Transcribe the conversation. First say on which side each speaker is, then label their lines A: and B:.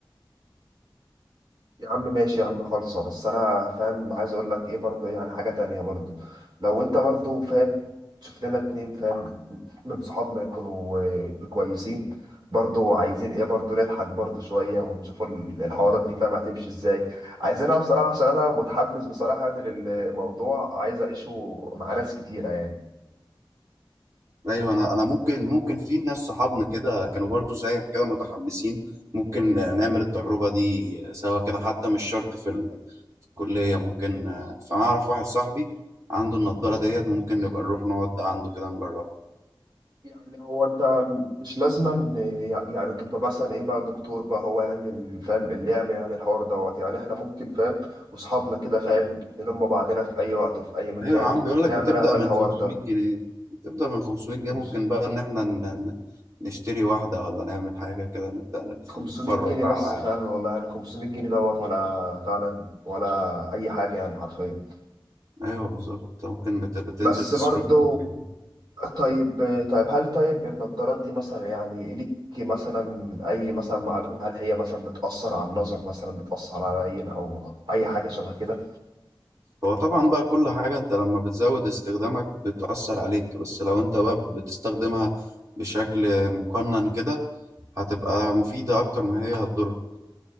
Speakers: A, on the right; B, on the right.
A: يا عم ماشي يا عم خالصة بس انا فاهم عايز اقول لك ايه برضو يعني حاجة تانية برضو لو انت برضو فاهم شوف لنا اتنين فاهم من صحابنا يكونوا آه، كويسين برضو عايزين ايه برضو نضحك برضو شوية ونشوف ال- الحوارات دي فاهم هتمشي ازاي عايزينها بصراحة عشان انا متحمس بصراحة يعني للموضوع عايز اعيشه مع ناس كتيرة يعني
B: ايوه انا انا ممكن ممكن في ناس صحابنا كده كانوا برضو زيك كده متحمسين ممكن نعمل التجربة دي سوا كده حتى مش شرط في ال- في الكلية ممكن فانا اعرف واحد صاحبي عنده النضارة ديت ممكن نبقى نروح نقعد عنده كده نجربها
A: يعني هو انت مش لازما يعني تبقى مثلا ايه بقى دكتور بقى هو يعني اللي فاهم اللي يعمل يعني الحوار دوت يعني احنا ممكن فاهم واصحابنا كده فاهم نلم بعضنا في اي وقت وفي اي مكان
B: ايوه يا عم بيقول
A: نعمل
B: لك بتبدأ
A: احنا
B: من
A: الحوار
B: 500
A: ده
B: جنيه بتبدأ من 500 جنيه
A: خمس-
B: ممكن بقى ان احنا ن- ن- نشتري واحدة ولا نعمل حاجة كده نبدأ نف-
A: 500
B: نتفرج
A: جنيه
B: بقى
A: بس
B: على العالم
A: فعلا والله يعني 500 جنيه دوت ولا فعلا ولا اي حاجة يعني حرفيا
B: ايوه بالظبط أنت ممكن بت- بتنزل
A: بس
B: تصرفهم
A: برضو
B: فين
A: طيب طيب هل طيب النضارات دي مثلا يعني ليك مثلا أي مثلا معلومة هل هي مثلا بتأثر على النظر مثلا بتأثر على عين أو أي حاجة شبه كده
B: هو طبعا بقى كل حاجة انت لما بتزود استخدامك بتأثر عليك بس لو انت بقى بتستخدمها بشكل مقنن كده هتبقى مفيدة اكتر ما هي هتضر